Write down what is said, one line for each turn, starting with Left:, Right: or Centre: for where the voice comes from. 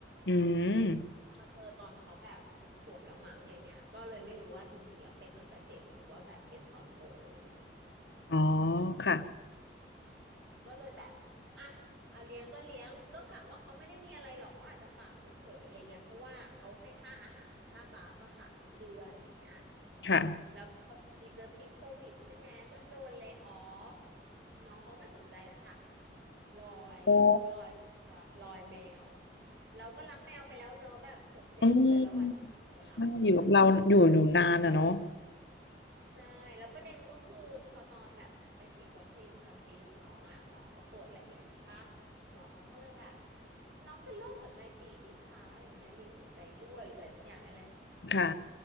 Left: อืม
Right: มาเจอตอนเขาแบบสิบขวบแล้วมั้งอะไรเงี้ยก็เลยไม่รู้ว่าจริงๆแล้วเป็นตั้งแต่เด็กหรือว่าแบบเป็นตอนโตอะไรเงี้ย
Left: อ๋อค่ะ
Right: ก็เลยแบบอ่ะอ่ะเลี้ยงก็เลี้ยงก็กะว่าเขาไม่ได้มีอะไรหรอกเขาอาจจะฝากเฉยๆอะไรเงี้ยเพราะว่าเขาให้ค่าอาหารค่าบาฟอะค่ะทุกเดือนอะไรเงี้ย
Left: ค่ะ
Right: แล้วพอมีเจอพิษโควิดใช่ไหมก็โดนเล y o ออฟน้องเขาไม่สนใจแล้วจ้ะลอยลอยตัวลอยแมว
Left: โอ้
Right: เราก็รักแมวไปแล้วเนอะแบบหกเจ็ดเดือนแล้วอะที่มันอยู่กับเราอะไรเงี้ย
Left: อืมใช่อยู่กับเราอยู่อยู่นานอะเนาะ
Right: ใช่แล้วประเด็นก็คือพอตอนแบบไปฉีดวัคซีนประจำปีของน้องอ่ะหมอเขาตรวจละเอียดใช่ปะหมอเขาก็เลยแบบน้องเป็นโรคหัวใจตีบนี่คะอะไรเงี้ยลิ้นหัวใจรั่วหรืออะไรสักอย่างนั่นแหละ
Left: ค่ะ